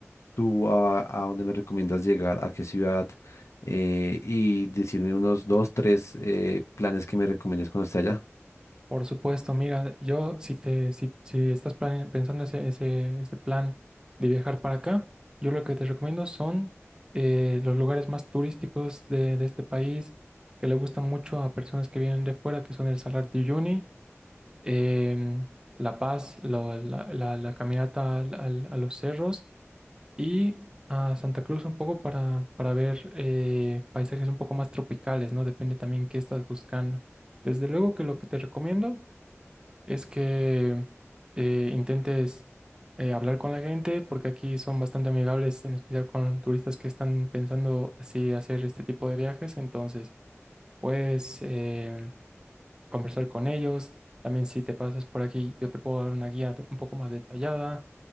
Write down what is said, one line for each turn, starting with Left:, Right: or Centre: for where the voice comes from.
Left: tú a, a dónde me recomiendas llegar, a qué ciudad eh, y decirme unos dos, tres eh, planes que me recomiendes cuando esté allá.
Right: Por supuesto, mira, yo si te, si, si estás plane- pensando ese, ese, ese plan de viajar para acá, yo lo que te recomiendo son eh, los lugares más turísticos de, de este país que le gustan mucho a personas que vienen de fuera, que son el Salar de Uyuni, em, La Paz, lo- la, la- la caminata al- al- a los cerros y a Santa Cruz un poco para, para ver eh, paisajes un poco más tropicales, ¿no? Depende también qué estás buscando. Desde luego que lo que te recomiendo es que eh, intentes eh, hablar con la gente, porque aquí son bastante amigables, en especial con turistas que están pensando así hacer este tipo de viajes. Entonces, puedes eh, conversar con ellos. También si te pasas por aquí, yo te puedo dar una guía un poco más detallada.